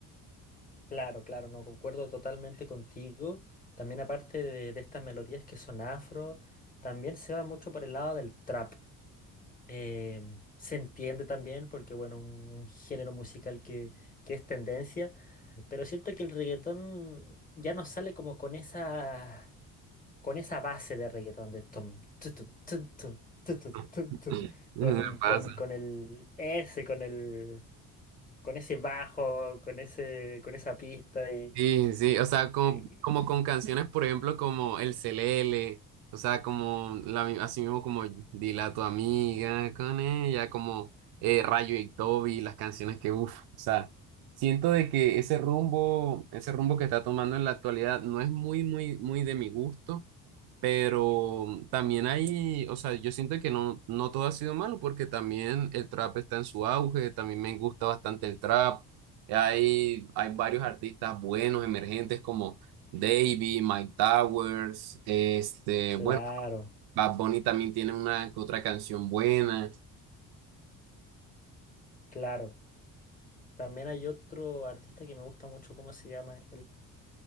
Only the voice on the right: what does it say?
<laughs>
Me
pasa.
Sí, sí, o sea, como,
como con canciones, por ejemplo, como El Celele, o sea, como la, mi- así mismo como Dile a tu amiga con ella, como eh, Rayo y Toby, las canciones que, uff, o sea, siento de que ese rumbo, ese rumbo que está tomando en la actualidad no es muy, muy, muy de mi gusto, Pero mm, también hay, o sea, yo siento que no, no todo ha sido malo porque también el trap está en su auge, también me gusta bastante el trap. Hay, hay varios artistas buenos, emergentes como Davey, Mike Towers, este, bueno,
Bad Bunny también tiene una que otra canción buena.